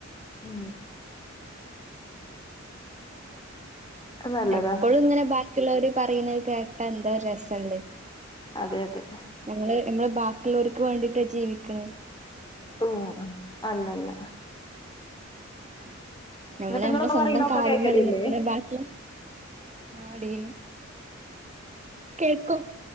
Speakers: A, on the left; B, on the right.
A: മ്. നല്ലതാ
B: എപ്പളുങ്ങനെ ബാക്കിള്ളോര് പറയ്ന്നെ കേട്ടാ എന്താ രസണ്ട്.
A: അതെ അതെ.
B: നങ്ങള് നമ്മള് ബാക്കിയുള്ളോർക്ക് വേണ്ടീട്ടാ ജീവിക്ക്ണ്.
A: ഓ അല്ല അല്ല.
B: ആ നമ്മള്
A: എന്നിട്ട് നിങ്ങള്
B: നമ്മളെ സ്വന്തം
A: പറയണൊക്കെ
B: കാല്മ്മേ
A: കേക്കലില്ലേ
B: ല്ലേ നിൽക്ക്ണേ ബാക്കി ആടി. കേക്കും